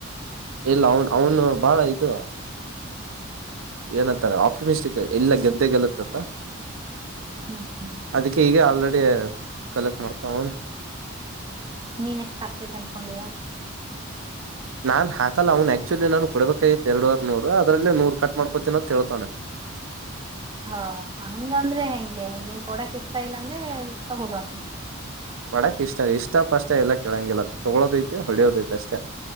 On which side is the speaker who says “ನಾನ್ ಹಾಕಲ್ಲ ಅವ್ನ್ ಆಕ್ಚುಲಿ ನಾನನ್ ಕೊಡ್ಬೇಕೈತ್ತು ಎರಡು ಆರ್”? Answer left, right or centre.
Right